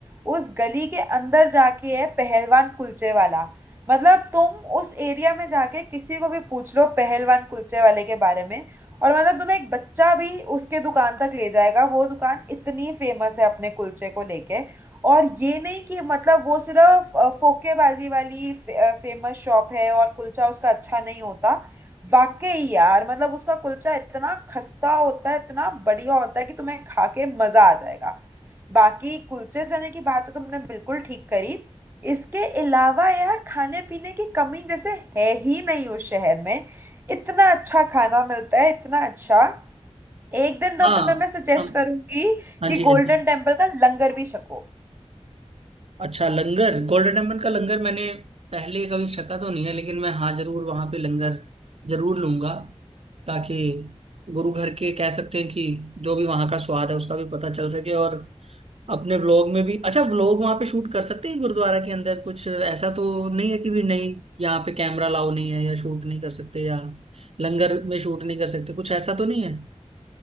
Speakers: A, on the right; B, on the right.
A: उस गली के अंदर जाके है पहलवान कुलचे वाला मतलब तुम उस एरिया में जाके किसी को भी पूछ लो पहलवान कुलचे वाले के बारे में और मतलब तुम्हें एक बच्चा भी उसके दुकान तक ले जाएगा वो दुकान इतनी फेमस है अपने कुलचे को लेके और ये नहीं कि मतलब वो सिर्फ अ, फोकेबाजी वाली फे, फेमस शॉप है और कुलचा उसका अच्छा नहीं होता वाकई यार मतलब उसका कुलचा इतना खस्ता होता है इतना बढ़िया होता है कि तुम्हें खा के मजा आ जाएगा बाकी कुलचे चने की बात तो तुमने बिल्कुल ठीक करी इसके अलावा यार खाने पीने की कमी जैसे है ही नहीं उस शहर में इतना अच्छा खाना मिलता है इतना अच्छा एक दिन तो
B: हाँ
A: तुम्हें मैं सजेस्ट
B: हम-
A: करूंगी
B: हाँ
A: कि
B: जी
A: गोल्डन
B: हाँ जी
A: टेम्पल का लंगर भी छको
B: अच्छा लंगर गोल्डन टेम्पल का लंगर मैंने पहले कभी छका तो नहीं है लेकिन मैं हाँ जरूर वहाँ पे लंगर जरूर लूंगा ताकि गुरु घर के कह सकते हैं कि जो भी वहाँ का स्वाद है उसका भी पता चल सके और अपने व्लॉग में भी अच्छा व्लॉग वहां पे शूट कर सकते हैं गुरुद्वारा के अंदर कुछ ऐसा तो नहीं है कि भी नहीं यहाँ पे कैमरा लाओ नहीं है या शूट नहीं कर सकते या लंगर में शूट नहीं कर सकते कुछ ऐसा तो नहीं है